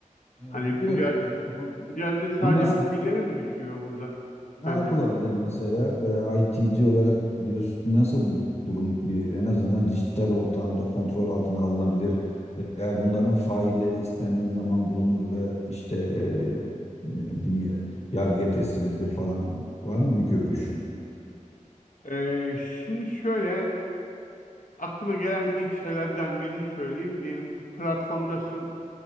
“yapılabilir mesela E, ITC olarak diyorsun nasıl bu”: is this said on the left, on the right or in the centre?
Left